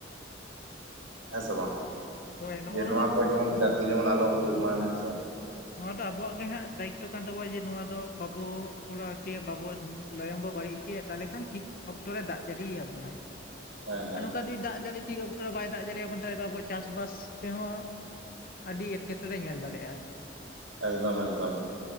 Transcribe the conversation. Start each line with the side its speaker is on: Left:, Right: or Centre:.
Right: ᱦᱮᱸ ᱥᱮ ᱵᱟᱝ
Left: ᱦᱳᱭ ᱱᱚᱜᱼᱚ
Right: ᱡᱮ ᱱᱚᱣᱟ ᱠᱚ ᱡᱮᱢᱚᱱ ᱡᱟᱛᱮ ᱡᱮᱢᱚᱱ ᱟᱞᱚ ᱦᱩᱭᱩᱜ ᱢᱟ ᱦᱮᱸ ᱥᱮ
Left: ᱱᱚᱣᱟ ᱫᱚ ᱟᱵᱚᱣᱟᱜ ᱜᱮ ᱦᱟᱸᱜ ᱫᱟᱭᱤᱛᱛᱚ ᱠᱟᱱ ᱛᱟᱵᱚᱣᱟ ᱡᱮ ᱱᱚᱣᱟ ᱫᱚ ᱵᱟᱵᱚ ᱠᱚᱨᱟᱣ ᱠᱮ ᱵᱟᱵᱚ ᱞᱟᱭᱚᱝ ᱵᱚ ᱵᱟᱹᱲᱤᱡ ᱠᱮᱭᱟ ᱛᱟᱦᱚᱞᱮ ᱠᱷᱟᱱ ᱴᱷᱤᱠ ᱚᱠᱛᱚ ᱨᱮ ᱫᱟᱜ ᱡᱟᱹᱲᱤᱭᱵᱚᱱᱟᱭ
Right: ᱦᱮᱸ ᱦᱮᱸ
Left: ᱟᱨ ᱱᱚᱝᱠᱟ ᱫᱤ ᱫᱟᱜ ᱡᱟᱹᱲᱤ ᱴᱷᱤᱠ ᱚᱠᱛᱚ ᱨᱮ ᱵᱟᱭ ᱫᱟᱜ ᱡᱟᱹᱲᱤ ᱟᱵᱚᱱ ᱛᱟᱦᱞᱮ ᱟᱵᱚ ᱪᱟᱥᱵᱟᱥ ᱛᱮᱦᱚᱸ ᱟᱹᱰᱤ ᱮᱴᱠᱮᱴᱚᱬᱮ ᱧᱮᱞ ᱫᱟᱲᱮᱜ-ᱟᱭ
Right: ᱮᱠᱫᱚᱢ ᱮᱠᱫᱚᱢ